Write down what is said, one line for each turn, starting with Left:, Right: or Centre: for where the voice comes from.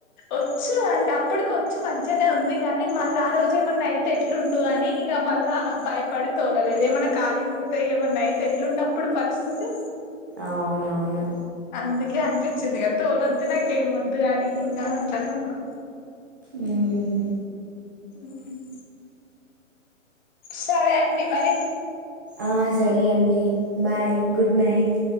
Left: వచ్చు అంటే అప్పటికి వచ్చు మంచిగానే ఉంది గానీ మళ్ళ ఆ రోజు ఏమన్నా అయితే ఎట్లుండు గని ఇగ మళ్లా భయపడి తోలలేదు ఏమైనా కాలిగుతే ఏమన్నా అయితే ఎట్లు ఉన్నప్పుడు పరిస్థితి
Right: అవునవును
Left: అందుకే అనిపించింది క తోలొద్దు నాకేం ఒద్దు అని ఇంగ అట్లనే ఉన్నా
Right: ఉహు
Left: ఉమ్ సరే అండి మరి
Right: ఆ సరే అండి బాయ్ గుడ్ నైట్